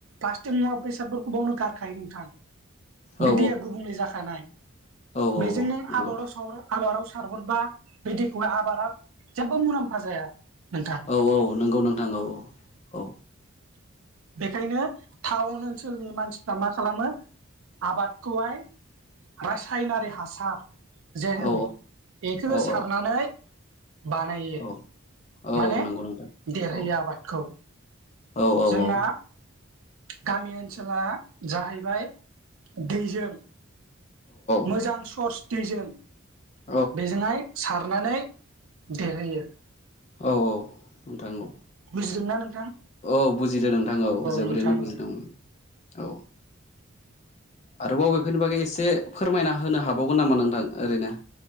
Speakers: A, on the right (about 75°); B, on the left (about 30°).
A: गासै मुवा बेसादफोरखौ बावनो गारखायो नोंथां। बे
B: औ
A: दैया गुबुंले जाखानाय
B: औ औ
A: बेजों नों
B: नंगौ
A: आबादाव साव- आबादाव सारहरबा बे दैखौहाय आबादा जेबो मुलाम्फा जाया। नोंथां
B: औ औ नंगौ नोंथां औ औ औ।
A: बेखायनो टाउन ओनसोलनि मानसिफ्रा मा खालामो आबादखौहाय रासायनारि हासार जे होनो
B: औ
A: बेखौ
B: औ
A: सारनानै बानायो
B: औ औ
A: माने
B: नंगौ नोंथां
A: देरहोयो
B: औ
A: आबादखौ।
B: औ औ
A: जोंना
B: औ
A: गामि ओनसोला जाहैबाय दैजों
B: औ
A: मोजां सर्स दैजों
B: औ
A: बेजोंहाय सारनानै देरहोयो।
B: औ औ नोंथां नंगौ।
A: बुजिदों ना नों
B: औ बुजिदों नोंथां औ जोबोरैनो
A: नोंथां
B: बुजिदों
A: औ
B: औ। आरोबाव अबेफोरनि बागै एसे फोरमायना होनो हाबावगोन नामा नोंथां ओरैनो?